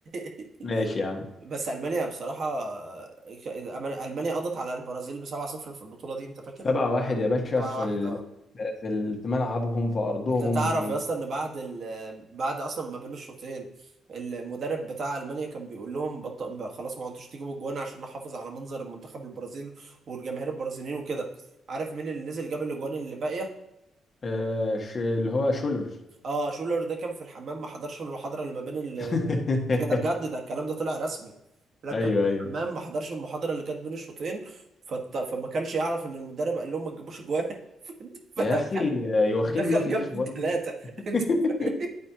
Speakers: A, on the right; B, on the left.
A: <laughs>
B: ماشي يا عم
A: بس المانيا بصراحه ك- المانيا قضت على البرازيل ب 7-0 في البطوله دي انت فاكر
B: سبعة واحد يا باشا
A: 7-1
B: في ال...
A: اه
B: في ال- في ملعبهم في أرضهم
A: انت تعرف
B: في بنج...
A: يا اسطى ان بعد ال... بعد اصلا ما بين الشوطين المدرب بتاع المانيا كان بيقول لهم بط... بقى خلاص ما انتوش تجيبوا الجوان عشان نحافظ على منظر منتخب البرازيل والجماهير البرازيليين وكده عارف مين اللي نزل جاب الاجوان اللي باقيه
B: آه ش... اللي هو شولر
A: اه شولر ده كان في الحمام ما حضرش المحاضرة اللي ما بين ال
B: <laughs>
A: بجد ده بجد ده الكلام ده طلع رسمي لكن
B: ايوه
A: في
B: ايوه
A: الحمام ما حضرش المحاضرة اللي كانت بين الشوطين فت... فما كانش يعرف ان المدرب قال لهم ما تجيبوش جوان <laughs> فدخل
B: يا اخي آه، يوخيم
A: دخل
B: لوف يا
A: جاب
B: اخي برضه
A: ثلاثة <laughs> انت
B: <laughs>
A: فاهم؟